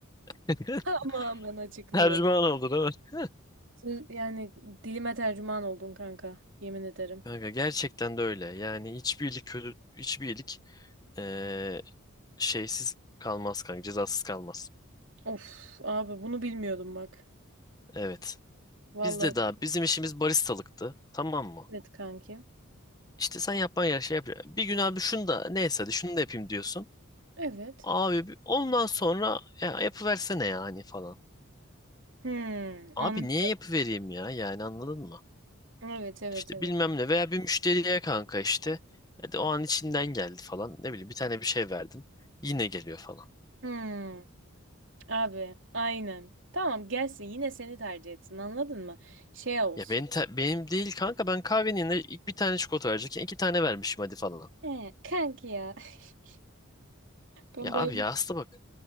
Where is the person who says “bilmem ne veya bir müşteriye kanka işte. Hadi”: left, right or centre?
Left